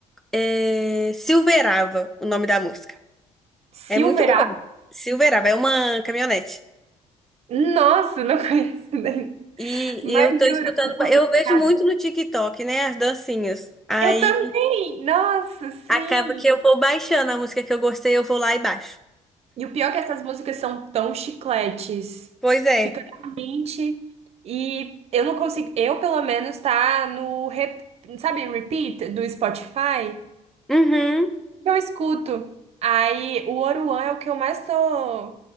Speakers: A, in the centre; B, on the right.
A: é Silverava, o nome da música.
B: Silver
A: É muito
B: A?
A: bom. Silverava, é uma caminhonete.
B: Nossa, não <laughs> conheço nem.
A: E,
B: Mas
A: e eu tô escutando,
B: juro, eu tô
A: ba- eu
B: viciada.
A: vejo muito no TikTok, né, as dancinhas. Aí
B: Eu também! Nossa, sim!
A: Acaba que eu vou baixando a música que eu gostei, eu vou lá e baixo.
B: E o pior é que essas músicas são tão chicletes.
A: Pois é.
B: Fica na mente. E eu não consigo. Eu, pelo menos, tá no. Rep, sabe, repeat do Spotify?
A: Uhum.
B: Que Eu escuto. Aí o Oruan é o que eu mais tô,